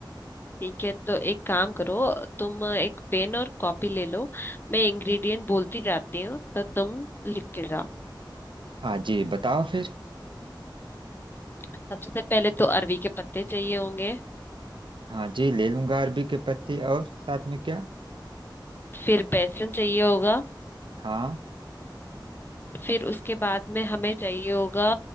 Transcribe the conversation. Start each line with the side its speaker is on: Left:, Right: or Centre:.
Left: ठीक है तो एक काम करो तुम एक पेन और कॉपी ले लो मैं इंग्रेडिएंट बोलती जाती हूँ तो तुम लिखते जाओ
Right: हाँ जी बताओ फिर
Left: सबसे पहले तो अरवी के पत्ते चाहिए होंगे
Right: हाँ जी ले लूंगा अरबी के पत्ते और साथ में क्या
Left: फिर बेसन चाहिए होगा
Right: हाँ
Left: फिर उसके बाद में हमें चाहिए होगा